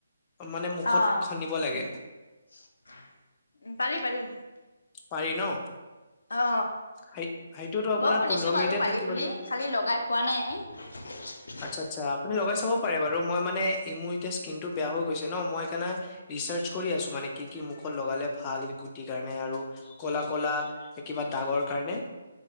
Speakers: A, on the left (about 15°); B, on the left (about 75°).
A: মানে মুখত
B: অ
A: খনিব লাগে
B: উ পাৰি পাৰি
A: পাৰি ন
B: অ
A: সেই সেইটোতো আপোনাৰ
B: মইও শুনিছো
A: পোন্ধৰ মিনিটে
B: বাৰু পাৰি
A: থাকিব
B: বুলি
A: লাগিব
B: খালি লগাই পোৱা নাই <unintelligible>
A: আচ্ছা আচ্ছা আপুনি লগাই চাব পাৰে বাৰু মই মানে ই মোৰ এতিয়া স্কিনটো বেয়া হৈ গৈছে ন মই সেইকাৰণে ৰিচাৰ্চ কৰি আছো মানে কি কি মুখত লগালে ভাল গুটিৰ কাৰণে আৰু ক'লা ক'লা এ কিবা দাগৰ কাৰণে